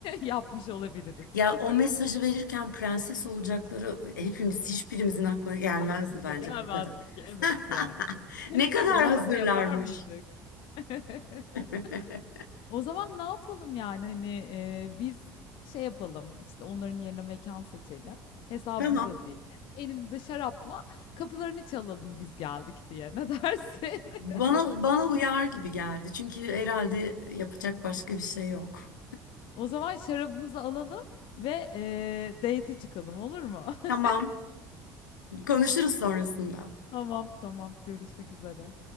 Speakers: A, on the left; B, on the left.
A: <laughs> yapmış olabiliriz.
B: Ya
A: <laughs>
B: o mesajı verirken prenses olacakları hepimiz hiçbirimizin aklına gelmezdi
A: Aklımıza
B: bence
A: gelmezdi
B: bu kadar. <laughs>
A: ki evet ya. <laughs>
B: Ne kadar
A: Gelse
B: hazırlarmış.
A: yapar mıydık? <laughs>
B: <laughs>
A: O zaman ne yapalım yani hani eee, biz şey yapalım işte onların yerine mekan seçelim. Hesabı
B: Tamam.
A: biz ödeyelim. Elimizde şarapla kapılarını çalalım biz geldik diye. Ne dersin? <laughs>
B: Bana bana uyar gibi geldi. Çünkü herhalde yapacak başka bir şey yok.
A: O zaman şarabımızı alalım ve eee date'e çıkalım olur mu?
B: Tamam.
A: <laughs>
B: Konuşuruz sonrasında.
A: Tamam tamam görüşmek üzere.